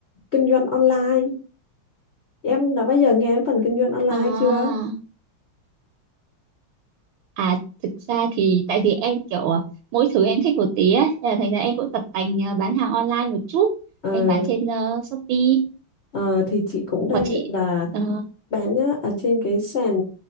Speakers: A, on the left (about 60°); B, on the right (about 75°).
A: kinh doanh online em đã bao giờ nghe đến phần kinh doanh online
B: à
A: chưa
B: à thực ra thì tại vì em kiểu ờ, mỗi thứ em thích một tí ấy thế là thành ra em cũng tập tành ờ, bán hàng online một chút
A: ờ,
B: em bán trên ờ, Shopee
A: ờ, thì chị cũng đang
B: còn chị
A: định là
B: ờ,
A: bán á, ở trên cái sàn